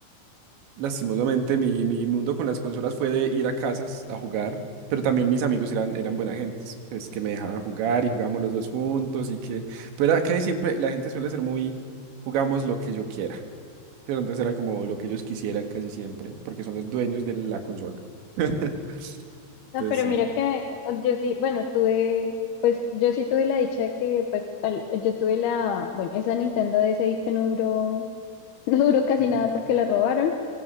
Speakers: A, on the right; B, on the left.
A: lastimosamente, mi, mi mundo con las consolas fue de ir a casas a jugar, pero también mis amigos eran, eran buena gente, pues que me dejaban jugar y jugábamos los dos juntos y que, pero era que siempre la gente suele ser muy, jugamos lo que yo quiera, pero entonces era como lo que ellos quisieran casi siempre, porque son los dueños de la consola. <laughs>
B: no,
A: Entonces
B: pero
A: sí.
B: mira que eh, yo sí, bueno, tuve, pues yo sí tuve la dicha de que, pues al- yo tuve la, bueno, esa Nintendo DSi que no duró, <laughs> no duró casi
A: No,
B: nada porque la robaron